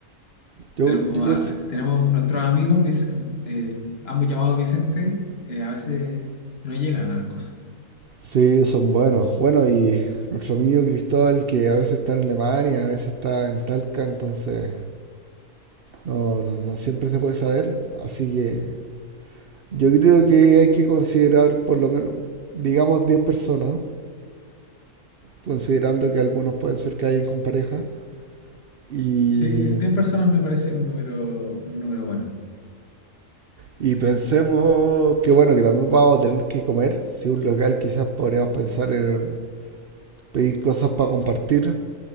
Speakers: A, on the right; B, on the left.
A: Yo,
B: Tenemos,
A: yo consi-
B: a- tenemos nuestros amigos, Vic- eh, ambos llamados Vicente, eh, a veces no llegan a las cosas.
A: Sí, son buenos. Bueno, y nuestro amigo Cristóbal, que a veces está en Alemania, a veces está en Talca, entonces no, no, no siempre se puede saber. Así que Yo creo que hay que considerar por lo menos, digamos, 10 personas, considerando que algunos pueden ser que hayan con pareja. Y,
B: Sí, 10 personas me parece un número, un número bueno. <sighs>
A: y pensemos que, bueno, que también vamos a tener que comer. Si un local quizás podríamos pensar en pedir cosas para compartir.